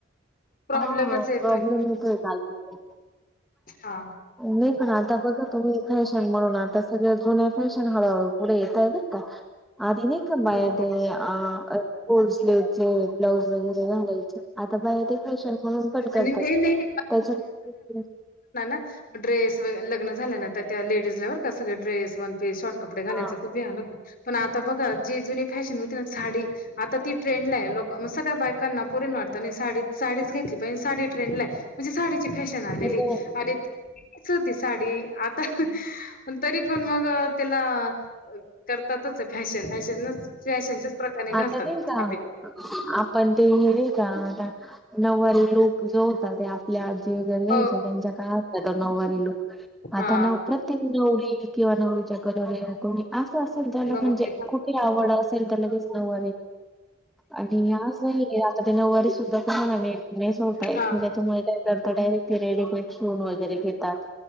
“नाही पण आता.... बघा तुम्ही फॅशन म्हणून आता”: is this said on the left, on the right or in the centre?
Centre